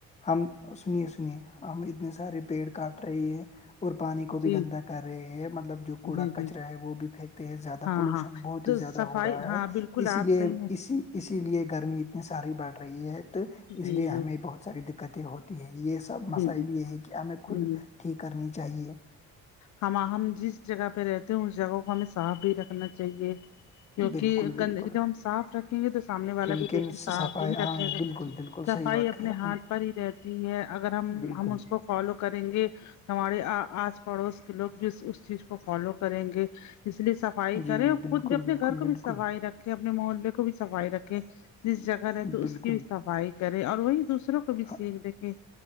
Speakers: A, on the left; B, on the left.
A: ہم سنیے سنیے ہم اتنے سارے پیڑ کاٹ رہے ہے اور پانی
B: جی
A: کو بھی گندا کر رہے ہیں مطلب جو کوڑا
B: جی
A: کچرا
B: جی جی
A: ہے وہ بھی پھینکتے ہیں زیادہ
B: ہاں
A: پولوشن
B: ہاں
A: بہت
B: تو
A: ہی
B: صفائی
A: زیادہ ہو رہا
B: ہاں
A: ہے
B: بالکل
A: اسی
B: آپ
A: لیے
B: صحیح ہیں
A: اسی اسی لیے گرمی اتنی ساری بڑھ رہی ہے تو
B: جی
A: اس
B: جی
A: لیے ہمیں
B: جی
A: بہت ساری دق کتیں ہوتی ہے یہ سب مسائل
B: جی
A: یہ ہے کہ ہمیں خود
B: جی
A: ٹھیک کرنی چاہیے
B: ہم ہم جس جگہ پہ رہتے ہیں اس جگہ کو ہمیں صاف بھی رکھنا چاہیے کیوںکہ
A: بالکل بالکل
B: گندگی جب ہم صاف رکھیں گے تو سامنے والا
A: کیونکہ
B: بھی دیکھ کے
A: صفائی
B: صاف ہی
A: ہاں
B: رکھے گا
A: بالکل بالکل
B: صفائی
A: صحیح بات
B: اپنے
A: کہی آپ
B: ہاتھ
A: نے
B: پر ہی رہتی ہے اگر ہم
A: بالکل
B: ہم اس کو فالو کریں گے ہمارے آج پڑوس کے لوگ بھی اس چیز کو فالو کریں گے اس لیے سب صفائی
A: جی
B: کرے اور
A: بالکل
B: خود بھی اپنے
A: بالکل
B: گھر
A: بالکل
B: کو بھی صفائی رکھے اپنے محلے کو بھی صفائی رکھے جس جگہ رہے تو
A: بالکل
B: اس کی بھی صفائی کرے اور وہی دوسروں کو بھی
A: ہاں،
B: سیکھ د کہیں